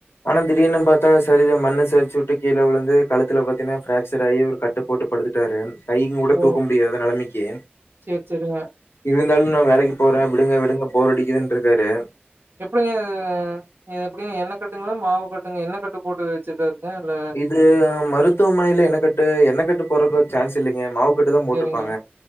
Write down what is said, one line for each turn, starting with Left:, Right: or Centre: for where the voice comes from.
Left: ஆனா திடீர்னு பாத்தா சரிது மண்ணு சரிச்சு விட்டு கீழ விழுந்து கழுத்துல பாத்தீங்கன்னா ஃபிராக்சர் ஆயி அவரு கட்டு போட்டு படுத்துட் டாரு கை கூட
Right: ஓ
Left: தூக்க முடியாத நெலமைக்கி
Right: செரி செரிங்க
Left: இருந்தாலு நா வேலைக்கு போற விடுங்க விடுங்க போரடிக்குதுன் இருக்காரு
Right: எப்டிங்க ஆ எப்படிங்க எண்ணெ கட்டுங்களா மாவு கட்டுங்களா எண்ணெ கட்டு போட்டு வச்சுருக்கார்ங்க இல்ல
Left: இவுரு மருத்துவமனையில எண்ணெ கட்டு எண்ணெ கட்டு போறக்கு சான்ஸ் இல்லிங்க மாவு கட்டுதா போட்ருப்பாங்க
Right: செரிங்க